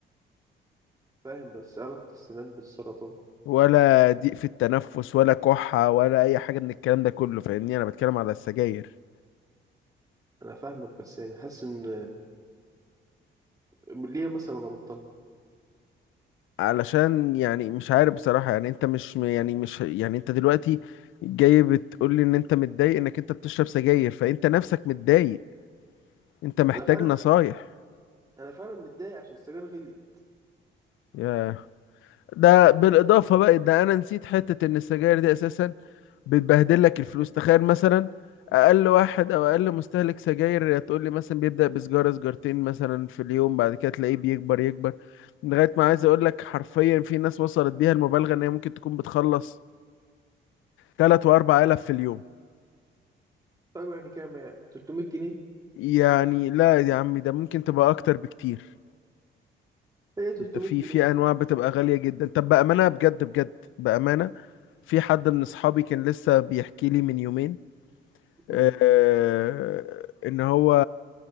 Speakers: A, on the right (about 20°); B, on the left (about 85°).
A: فاهم بس إيه علاقة السنان بالسرطان
B: ولا ضيق في التنفس ولا كحة ولا أي حاجة من الكلام ده كله فاهمني أنا بتكلم على السجاير
A: أنا فاهمك بس يعني حاسس إن ليه مثلا أنا أبطلها
B: علشان يعني مش عارف بصراحة يعني أنت مش يعني مش يعني أنت دلوقتي جاي بتقول لي إن أنت متضايق إنك أنت بتشرب سجاير فأنت نفسك متضايق أنت محتاج
A: أنا فعلا
B: نصايح
A: أنا فعلا متضايق عشان السجاير غلي
B: ياه. ده بالاضافه بقى ده انا نسيت حته ان السجاير دي اساسا بتبهدل لك الفلوس تخيل مثلا اقل واحد او اقل مستهلك سجاير تقول لي مثلا بيبدا بسجاره سجارتين مثلا في اليوم بعد كده تلاقيه بيكبر يكبر لغايه ما عايز اقول لك حرفيا في ناس وصلت بيها المبالغه ان هي ممكن تكون بتخلص 3 واربع آلاف في اليوم
A: طيب يعني كام يعني 300 جنيه
B: يعني لا يا عمي ده ممكن تبقى اكتر بكتير
A: هي 300
B: انت في
A: جنيه
B: في انواع بتبقى غاليه جدا طب بامانه بجد بجد بامانه في حد من اصحابي كان لسه بيحكي لي من يومين آه،
A: أمم.
B: ان هو